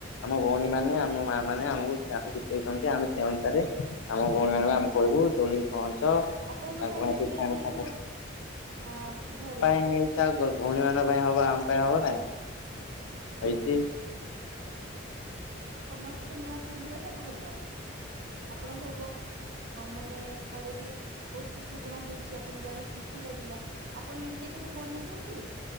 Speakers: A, on the left; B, on the right.
A: ଆମ ଭଉଣୀ ମାନେ ଆମ ମା ମାନେ ଆମକୁ ଯାହା ଶିଖେଇଛନ୍ତି ଆମେ ସେ ଅନୁସାରେ। ଆମ ଭଉଣୀ
B: ହୁଁ
A: ମାନଙ୍କୁ
B: ହୁଁ
A: ଆମେ କହିବୁ ଦୋଳି ପହଞ୍ଚ
B: ଆପଣଙ୍କ
A: ତାଙ୍କ
B: ପାଇଁ ବି
A: ପିଠା
B: ଡ୍ରେସ
A: ମିଠା
B: ହେଇଥିବ ଆ ଘରେ
A: ଏଇଟା ଭଉଣୀ ମାନଙ୍କ ପାଇଁ ହବ ଆମ ପାଇଁ ହବ ନାଇଁ ହେଇଛି
B: ସମସ୍ତେ ନୂଆ ପିନ୍ଧିବା ଟା ଭଲ ଆପଣଙ୍କ ମାନେ ଘରେ ବି ବହୁତ ପିଠା ପଣା ହେଇଛି ଆପଣ ଜାଣି ଖୁସି ଲାଗିଲା ଆପଣ ନିଜେ କେବେ ବନେଇଛନ୍ତି